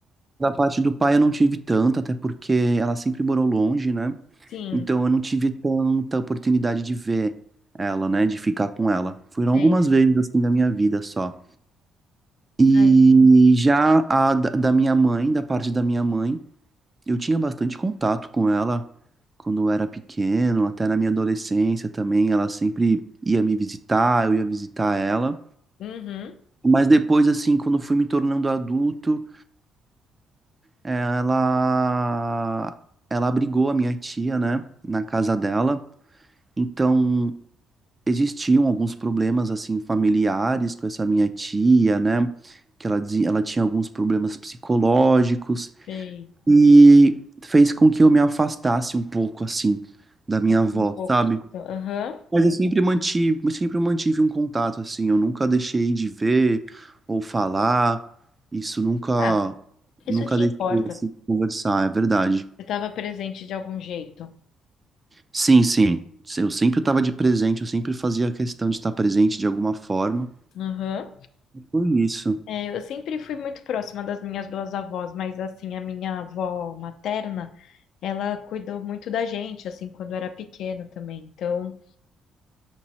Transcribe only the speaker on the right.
da parte do pai, eu não tive tanto, até porque ela sempre morou longe, né?
Então eu não tive tanta oportunidade de ver ela, né? De ficar com ela. Foram
algumas vezes
assim da minha vida só. E
já a da da minha mãe, da parte da minha mãe, eu tinha bastante contato com ela quando eu era pequeno, até na minha adolescência também, ela sempre ia me visitar, eu ia visitar ela.
Mas depois, assim, quando eu fui me tornando adulto, eh, ela ela abrigou a minha tia, né, na casa dela. Então, existiam alguns problemas assim familiares com essa minha tia, né? Que ela dizia, ela tinha alguns problemas psicológicos.
E fez com que eu me afastasse um pouco, assim, da minha
avó,
sabe?
Mas eu sempre mantive, eu sempre mantive um contato, assim, eu nunca deixei de ver ou falar, isso nunca,
nunca
deixei,
assim, de conversar, é verdade.
Sim, sim, eu sempre estava de presente, eu sempre fazia questão de estar presente de alguma forma,
Foi isso,